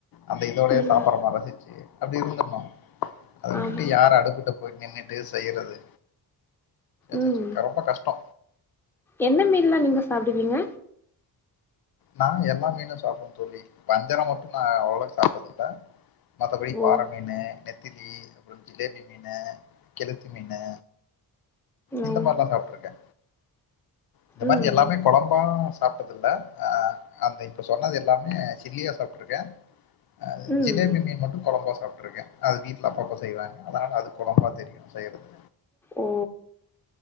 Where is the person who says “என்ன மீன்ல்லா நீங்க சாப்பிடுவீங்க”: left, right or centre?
Centre